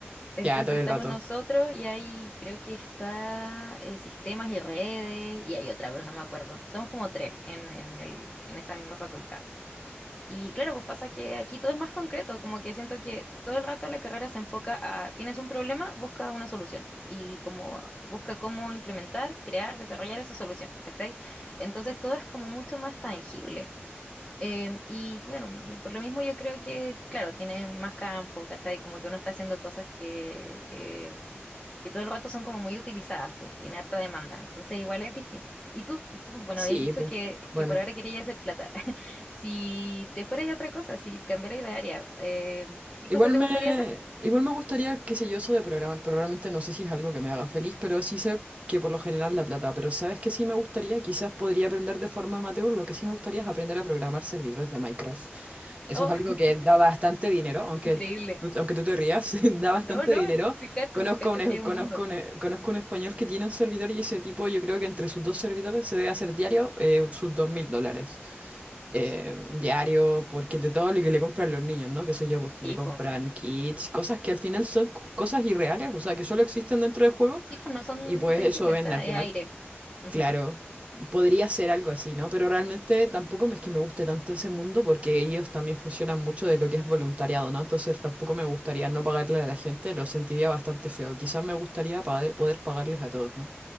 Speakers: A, on the left; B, on the right.
A: Entonces
B: Ya, todo el
A: estamos
B: rato.
A: nosotros y ahí creo que está eh, sistemas y redes y hay otra, pero no me acuerdo. Somos como tres en, en el, en esa misma facultad. Y claro, pues pasa que aquí todo es más concreto, como que siento que todo el rato la carrera se enfoca a, tienes un problema, busca una solución y como busca cómo implementar, crear, desarrollar esa solución, ¿cachai? Entonces todo es como mucho más tangible. Eh, y bueno, y por lo mismo yo creo que, claro, tiene más campo, ¿cachai? Como que uno está haciendo cosas que, eh, que todo el rato son como muy utilizadas, pues tiene harta demanda, entonces igual es distinto. Y tú, tú, bueno,
B: Sí,
A: habías dicho
B: pues.
A: que,
B: Bueno.
A: que por ahora querías hacer plata. <laughs> Si te fueras a otra cosa, si cambiaras de área, eh, ¿qué
B: Igual
A: cosa te
B: me,
A: gustaría hacer?
B: igual me gustaría, qué sé yo, eso de programar, pero realmente no sé si es algo que me haga feliz, pero sí sé que por lo general la plata. Pero ¿sabes qué sí me gustaría? Quizás podría aprender de forma amateur. Lo que sí me gustaría es aprender a programar servidores de Minecraft. Eso
A: Oh,
B: es algo que da bastante dinero, aunque
A: <laughs> increíble.
B: tú, aunque tú te rías, <laughs> da bastante
A: No, no,
B: dinero.
A: sí cacho,
B: Conozco
A: sí cacho
B: un, es-
A: que es un
B: conozco
A: mundo.
B: un, eh, conozco un español que tiene un servidor y ese tipo, yo creo que entre sus dos servidores se debe hacer diario eh, sus dos mil dólares. Eh,
A: Rígido.
B: diario, porque de todo lo que le compran los niños, ¿no? Que sé yo, pues que
A: Sí,
B: le compran
A: pues.
B: kits, cosas que al final son c- cosas irreales, o sea, que solo existen dentro del juego
A: Sí, pues no son
B: y pues
A: tangibles,
B: eso vende
A: o sea,
B: al final.
A: es aire. Ujú,
B: Claro, podría ser algo así, ¿no? Pero realmente tampoco es que me guste tanto ese mundo porque ellos también funcionan mucho de lo que es voluntariado, ¿no? Entonces tampoco me gustaría no pagarle a la gente, lo sentiría bastante feo. Quizás me gustaría pa- poder pagarles a todos, ¿no?